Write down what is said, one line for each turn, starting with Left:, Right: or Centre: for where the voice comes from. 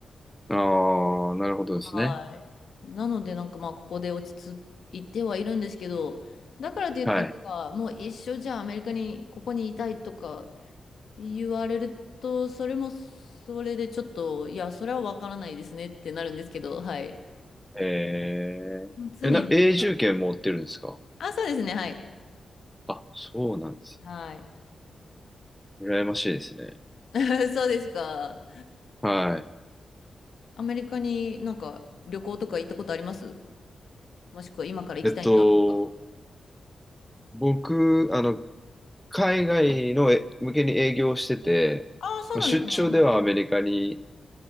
Centre: うん。ああ、なるほどですね。
Left: はい。なのでなんかまあここで落ち着いてはいるんですけど、だからといってなんかもう一生じゃあアメリカにここにいたいとか、
Centre: はい。
Left: 言われると、それもそれでちょっと、いや、それはわからないですねってなるんですけど、はい。
Centre: へえ。
Left: もう常になんか、
Centre: え、な、永住権持ってるんですか
Left: あ、そうですね、はい。
Centre: あ、そうなんです。
Left: はい。
Centre: 羨ましいですね。
Left: <laughs> そうですか。
Centre: はい。
Left: アメリカになんか旅行とか行ったことありますもしくは今から行きたいなとか。
Centre: えっと、僕、あの、海外のえ向けに営業してて、
Left: ああ、そうなんですね。
Centre: まあ、出張ではアメリカに
Left: はい。